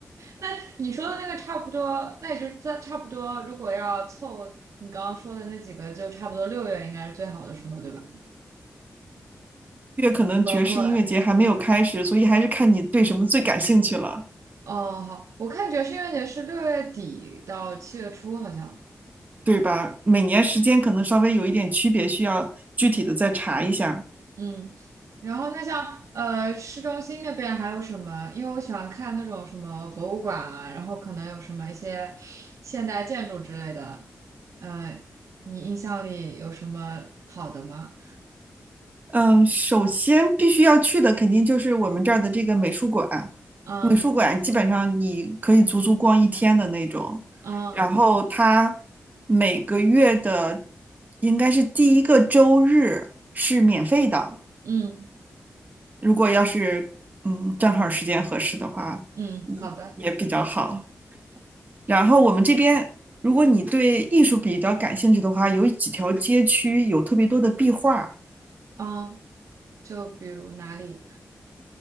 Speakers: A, on the right (about 80°); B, on the right (about 35°).
A: 那你说的那个差不多，那也就是在差不多，如果要凑你刚刚说的那几个，就差不多六月应该是最好的时候，对吧？
B: 因为可能爵士音乐节还没有开始，
A: 包括
B: 所以还是看你对什么最感兴趣了。
A: 哦，好，我看爵士音乐节是六月底到七月初，好像，
B: 对吧？每年时间可能稍微有一点区别，需要具体的再查一下。
A: 嗯。然后那像呃市中心那边还有什么？因为我喜欢看那种什么博物馆啊，然后可能有什么一些现代建筑之类的。呃，你印象里有什么好的吗？
B: 嗯，首先必须要去的肯定就是我们这儿的这个美术馆，
A: 嗯
B: 美术馆基本上你可以足足逛一天的那种。
A: 嗯
B: 然后它每个月的应该是第一个周日是免费的，
A: 嗯。
B: 如果要是嗯正好时间合适的话，
A: 嗯，
B: 也也比较好。
A: 好的，
B: 然后我们这边，如果你对艺术比较感兴趣的话，有几条街区有特别多的壁画，
A: 嗯，就比如哪里，